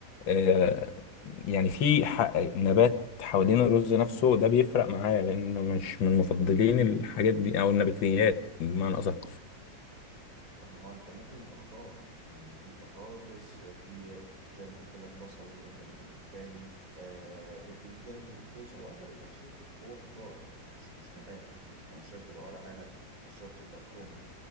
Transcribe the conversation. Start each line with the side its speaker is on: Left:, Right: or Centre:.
Left: آه، يعني في ح- نبات حوالين الرز نفسه ده بيفرق معايا لأن مش من مفضلين الحاجات دي أو النباتيات بمعنى أصح
Right: طب ما هو انت ممكن يبقى خضار يعني في بطاطس في زي ما قلت لك بصل وده كان غريب بالنسبه لي آه بتنجان وكوسه واغلب المحشي هو خضار مش مش نبات يعني مش شرط يبقى ورق عنب مش شرط يبقى كرومب